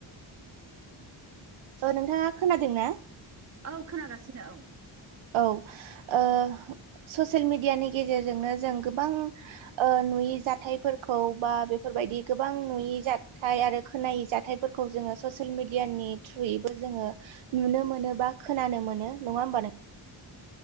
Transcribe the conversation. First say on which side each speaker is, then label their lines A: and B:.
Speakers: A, on the right; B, on the right.
A: नोंथाङा खोनादों ना
B: औ खोनागासिनो औ
A: औ ओ ससियेल मिडियानि गेजेरजोंनो जों गोबां ओ नुयि जाथायफोरखौ बा बेफोरबायदि गोबां नुयि जाथाय आरो खोनायै जाथायफोरखौ जोङो ससियेल मिडियानि थ्रुयैबो जोङो नुनो मोनो बा खोनानो मोनो नङा होमबा नों